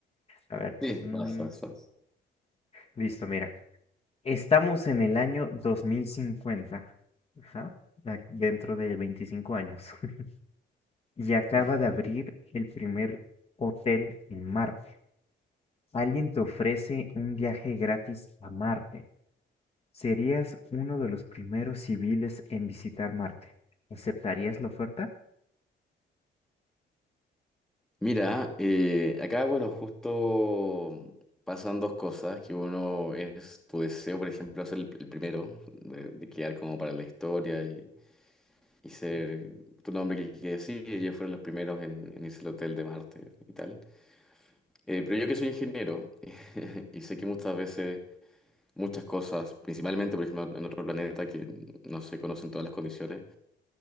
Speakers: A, on the left; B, in the centre.
A: A ver.
B: Sí,
A: mm,
B: vas, vas, vas.
A: listo, mira. Estamos en el año 2050. Ajá. a- Dentro de 25 años. <laughs> Y acaba
B: <laughs>
A: de abrir el primer hotel en Marte. Alguien te ofrece un viaje gratis a Marte. Serías uno de los primeros civiles en visitar Marte. ¿Aceptarías la oferta?
B: Mira, eh, acá, bueno, justo pasan dos cosas, que uno es tu deseo, por ejemplo, ser el, el primero, de, de quedar como para la historia y, y ser tu nombre que, que sí, ellos fueron los primeros en, en irse al hotel de Marte y tal. Eh, pero yo que soy ingeniero <laughs> y sé que muchas veces muchas cosas, principalmente, por ejemplo, en otro planeta que no se conocen todas las condiciones.